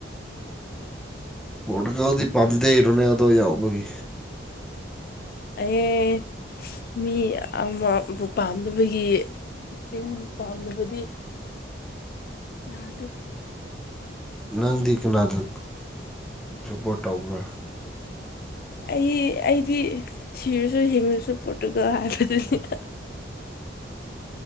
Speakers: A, in the centre; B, on the left.
A: ꯄꯣꯇꯨꯒꯜꯗꯤ ꯄꯥꯝꯗꯦ ꯔꯣꯅꯥꯜꯗꯣ ꯌꯥꯎꯕꯒꯤ
B: ꯑꯩ ꯃꯤ ꯑꯃꯕꯨ ꯄꯥꯝꯗꯕꯒꯤ ꯏ ꯄꯥꯝꯗꯕꯗꯤ ꯌꯥꯗꯦ
A: ꯅꯪꯗꯤ ꯀꯅꯥꯗ ꯁꯞꯄꯣꯔꯠ ꯇꯧꯕ꯭ꯔꯥ
B: ꯑꯩ ꯑꯩꯗꯤ ꯁꯤꯔꯁꯨ ꯍꯤꯡꯉꯁꯨ ꯄꯣꯠꯇꯨꯒ ꯍꯥꯏꯕꯗꯨꯅꯤꯗ